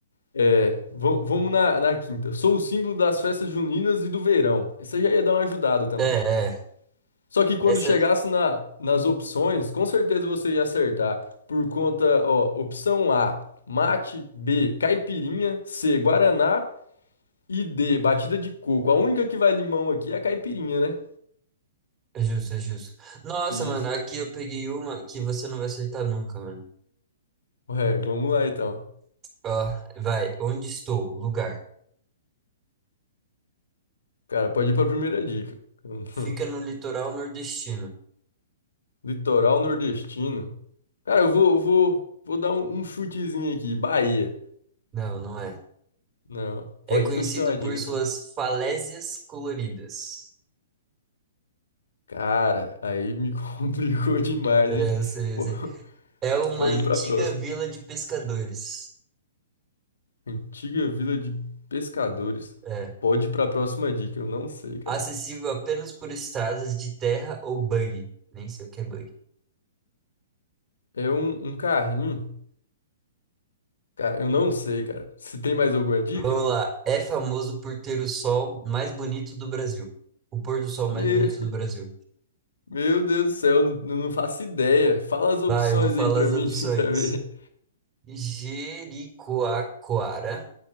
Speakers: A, on the left; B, on the right.
A: É, va- vamos na, na quinta. Sou o símbolo das festas juninas e do verão. Essa já ia dar uma ajudada também.
B: É, é.
A: Só que quando
B: Essa
A: chegasse na, nas opções, com certeza você ia acertar. Por conta, ó, opção A, mate, B, caipirinha, C, guaraná E D, batida de coco. A única que vai limão aqui é a caipirinha, né?
B: é justo, é justo. Nossa,
A: Isso.
B: mano, aqui eu peguei uma que você não vai acertar nunca, mano.
A: Ué, vamos lá então.
B: Ó, vai. Onde estou? Lugar.
A: Cara, pode ir pra primeira dica. <laughs>
B: Fica no litoral nordestino.
A: Litoral nordestino. Cara, eu vou, eu vou, vou dar um, um chutezinho aqui. Bahia.
B: Não, não é.
A: Não,
B: É
A: pode
B: conhecido
A: continuar a dica
B: por suas
A: então.
B: falésias coloridas.
A: Cara, aí me <laughs> complicou demais,
B: É,
A: hein?
B: eu sei,
A: Po-
B: eu sei. É uma
A: Pode
B: antiga
A: ir pra próxima.
B: vila de pescadores.
A: Antiga vila de pescadores.
B: É.
A: Pode ir pra próxima dica, eu não sei, cara.
B: Acessível apenas por estradas de terra ou buggy. Nem sei o que é buggy.
A: É um, um carrinho. Cara, eu não sei, cara. Se tem mais alguma dica?
B: Vamos lá. É famoso por ter o sol mais bonito do Brasil. O pôr do sol mais
A: Me-
B: bonito do Brasil.
A: Meu Deus do céu, eu não, eu não faço ideia. Fala as opções
B: Vai, eu vou falar
A: aí pra
B: as
A: mim,
B: opções.
A: <laughs> pra ver
B: Jericoacoara.